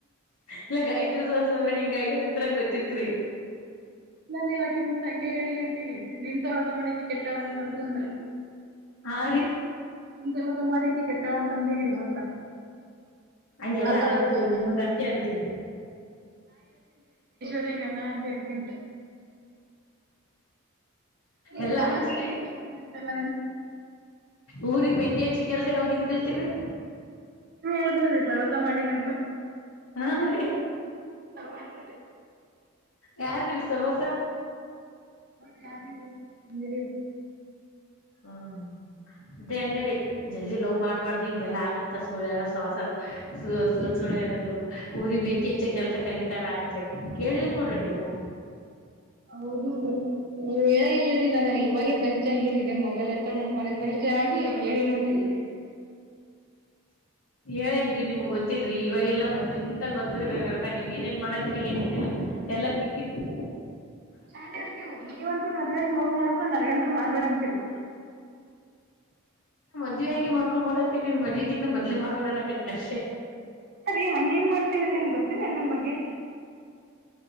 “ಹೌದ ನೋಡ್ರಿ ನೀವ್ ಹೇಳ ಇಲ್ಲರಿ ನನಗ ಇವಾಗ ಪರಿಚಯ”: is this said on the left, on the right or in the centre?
Right